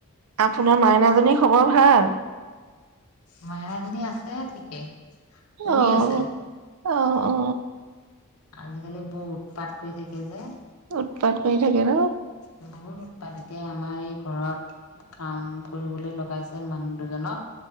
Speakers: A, on the right; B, on the left.
A: আপোনাৰ মাইনাজনীৰ খবৰ ভাল?
B: মাইনা জনী আছে ঠিকে শুই
A: আহ
B: আছে
A: আহ অ
B: আজিকালি ব উৎপাত কৰি থাকে যে
A: উৎপাত কৰি থাকে ন
B: বহুত উৎপাত এতিয়া আমাৰ এই ঘৰত কাম কৰিবলৈ লগাইছে মানুহ দুজনক